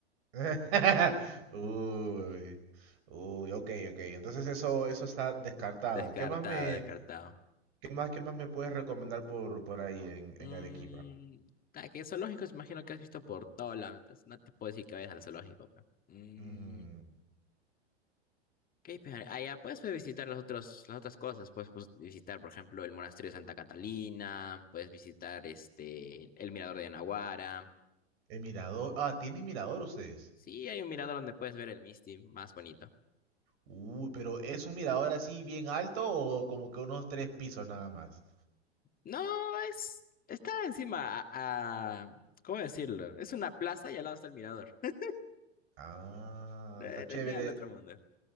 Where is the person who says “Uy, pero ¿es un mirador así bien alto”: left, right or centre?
Right